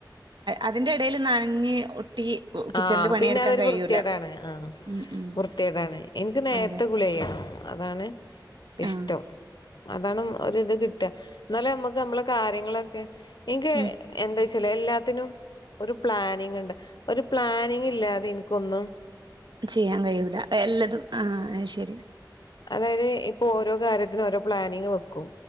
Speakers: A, on the right (about 80°); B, on the left (about 70°).
A: അതിന്റെ ഇടയില് നനഞ്ഞ് ഒട്ടി കിച്ചണില്
B: ആഹ്
A: പണിയെടുക്കാൻ
B: പിന്നെ അതൊരു
A: കഴിയൂല
B: വൃത്തികേടാണ് ആഹ്
A: ഉം ഉം
B: വൃത്തിയേടാണ് എനിക്ക് നേരത്തെ
A: അതെ
B: കുളി കഴിയണം അതാണ് ഇഷ്ടം
A: ആഹ്
B: അതാണ് ഒരിത് കിട്ടുക എന്നാലെ നമ്മുക്ക് നമ്മളെ കാര്യങ്ങളൊക്കെ എനിക്ക്
A: ഉം
B: എന്താച്ചാല് എല്ലാത്തിനും ഒരു പ്ലാനിങ് ഉണ്ട് ഒരു പ്ലാനിങ് ഇല്ലാതെ എനിക്കൊന്നും
A: ചെയ്യാൻ കഴിയൂല എല്ലതും ആഹ് അയ് ശെരി
B: അതായത് ഇപ്പോ ഓരോ കാര്യത്തിനും ഓരോ പ്ലാനിങ് വെക്കും